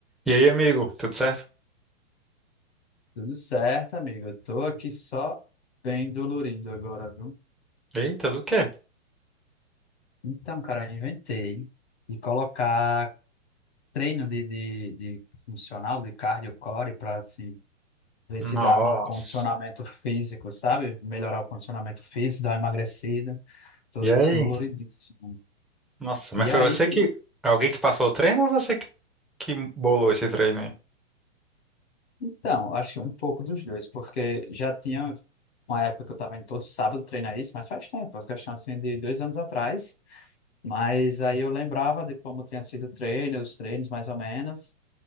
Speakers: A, in the centre; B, on the left (about 60°).
A: E aí, amigo, tudo certo?
B: Tudo certo, amigo. Eu tô aqui só bem dolorido agora, viu?
A: Eita, do quê?
B: Então, cara, eu inventei de colocar treino de, de, de funcional, de cardio core, pra assim, ver
A: Nossa.
B: se dava um condicionamento físico, sabe? Melhorar o condicionamento físico, dar uma emagrecida. Tô
A: E aí?
B: doloridíssimo.
A: Nossa, mas
B: E
A: foi
B: aí
A: você
B: que.
A: que. Alguém que passou o treino ou você que que bolou esse treino aí?
B: Então, eu acho que um pouco dos dois, porque já tinha uma época que eu tava indo todo sábado treinar isso, mas faz tempo, as questões assim de dois anos atrás. Mas aí eu lembrava de como tinha sido o treino, os treinos mais ou menos,